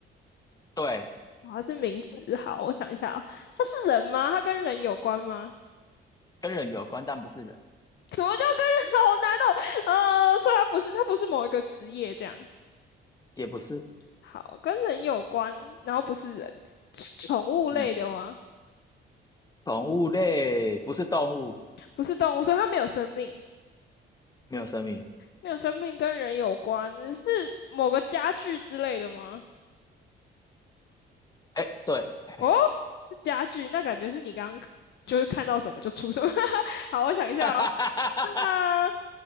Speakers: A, on the left (about 20°); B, on the left (about 60°).
A: 对，
B: 它是名词。好，我想一下哦，它是人吗？它跟人有关吗？
A: 跟人有关，但不是人，
B: 什么叫跟人？<laughs> 好难哦。呃，所以它不是，它不是某一个职业这样。
A: 也不是。
B: 好，跟人有关，然后不是人，是宠物类的吗？
A: 嗯，宠物类不是动物，
B: 不是动物，所以它没有生命，
A: 没有生命。
B: 没有生命，跟人有关，是某个家具之类的吗？
A: 哎，对，哎，
B: 哦，是家具，那感觉是你刚刚就是看到什么就出什么。<laughs> 好，我想一下哦，
A: <laughs>
B: 那么，